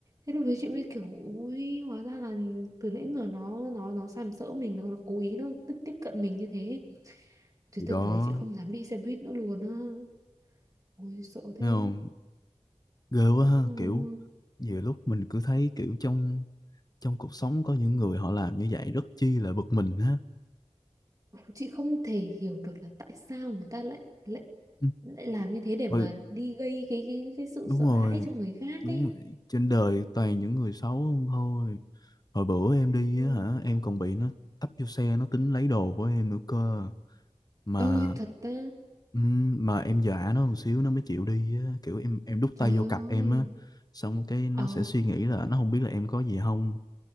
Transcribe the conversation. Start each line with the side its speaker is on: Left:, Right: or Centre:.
Right: Thế lúc đấy chị mới kiểu Ui, hóa ra là từ nãy đến giờ nó nó nó sàm sỡ mình Nó, nó cố ý nó tiếp tiếp cận mình như thế Thế
Left: thì đó
Right: từ, từ đấy chị không dám đi xe buýt nữa luôn á Ôi sợ thế
Left: thấy không ghê quá ha
Right: ừ.
Left: kiểu nhiều lúc mình cứ thấy kiểu trong trong cuộc sống có những người họ làm như vậy rất chi là bực mình ha
Right: Chị không thể hiểu được là tại sao người ta lại lại
Left: Ừ,
Right: lại làm như thế để mà
Left: hồi,
Right: đi gây cái cái cái sự
Left: đúng
Right: sợ
Left: rồi
Right: hãi cho người khác
Left: đúng
Right: ấy
Left: rồi. trên đời toàn những người xấu không thôi hồi bữa em
Right: Em
Left: đi
Right: ơi
Left: á hả em còn bị nó tấp vô xe nó tính lấy đồ của em nữa cơ mà
Right: Ôi, thật ta
Left: ừm, mà em dọa nó một xíu nó mới chịu đi á kiểu em em đút
Right: trời
Left: tay vô cặp em
Right: ơi
Left: á xong cái nó
Right: ờ
Left: sẽ suy nghĩ là nó không biết là em có gì không